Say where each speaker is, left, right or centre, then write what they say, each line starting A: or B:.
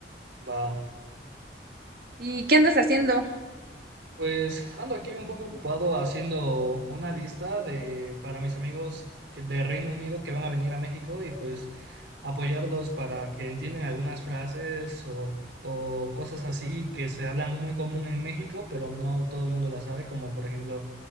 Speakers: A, on the right; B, on the right.
A: Va,
B: ¿Y qué andas haciendo?
A: pues ando aquí un poco ocupado haciendo una lista de para mis amigos que- de Reino Unido que van a venir a México y pues apoyarlos para que entiendan algunas frases o, o cosas así que se hablan muy común en México, pero no todo el mundo las sabe, como por ejemplo